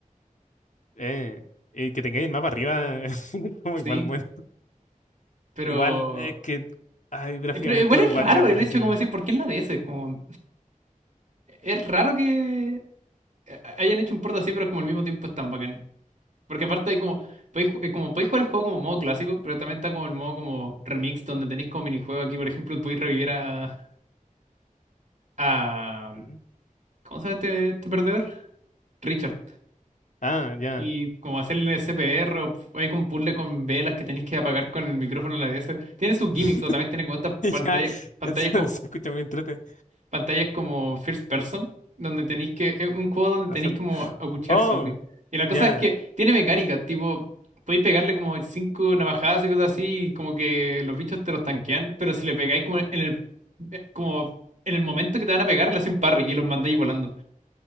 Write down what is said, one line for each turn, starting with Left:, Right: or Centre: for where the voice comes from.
Left: Eh, eh, que tengáis el mapa arriba, <laughs> es como
Right: Sí,
Left: igual, bueno.
Right: pero...
Left: Igual, es que ay, gráficamente
Right: eh, Pero igual es
Left: igual
Right: raro
Left: es difícil.
Right: el hecho como decir, ¿por qué en la DS? Como, es raro que eh, hayan hecho un port así, pero como al mismo tiempo es tan bacán. Porque aparte hay como... Podéis, ju- eh, como podéis jugar el juego como modo clásico, pero también está como el modo como remix, donde tenéis como minijuego aquí, por ejemplo, podéis revivir a... a
Left: Mm.
Right: ¿cómo se llama este, este perdedor? Richard.
Left: Ah, ya.
Right: Y como hacer el CPR, o hay un puzzle con velas que tenéis que apagar con el micrófono de la DS. Tiene sus gimmicks,
Left: <laughs>
Right: o también tiene como estas pantallas,
Left: Ya,
Right: pantallas
Left: eso
Right: como,
Left: se escucha muy entrete.
Right: pantallas como first person, donde tenéis que, es un juego donde
Left: Hacer-
Right: tenéis como aguchear
Left: Oh,
Right: zombies. Y la
Left: ya.
Right: cosa es que tiene mecánica, tipo, podéis pegarle como cinco navajadas y cosas así, y como que los bichos te los tanquean, pero si le pegáis como en el, eh, como en el momento que te van a pegar, le hacen parry y los mandáis volando.